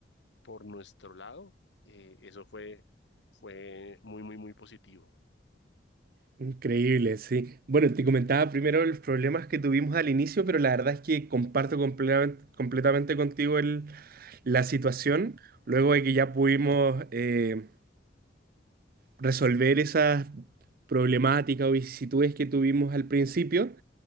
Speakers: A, on the left; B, on the right.
A: por nuestro lado, eh, eso fue, fue muy, muy, muy positivo.
B: Increíble, sí. Bueno, te comentaba primero los problemas que tuvimos al inicio, pero la verdad es que comparto completam- completamente contigo el- la situación. Luego de que ya pudimos eh, resolver esas problemáticas o vicisitudes que tuvimos al principio,